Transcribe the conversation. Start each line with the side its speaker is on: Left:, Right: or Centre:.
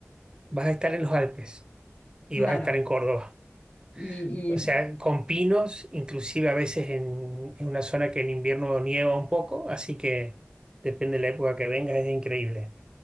Right: Vas a estar en los Alpes y
Left: Claro.
Right: vas a estar en Córdoba.
Left: Y,
Right: O
Left: y
Right: sea, con pinos, inclusive a veces en, en una zona que en invierno nieva un poco, así que depende de la época que vengas, es increíble.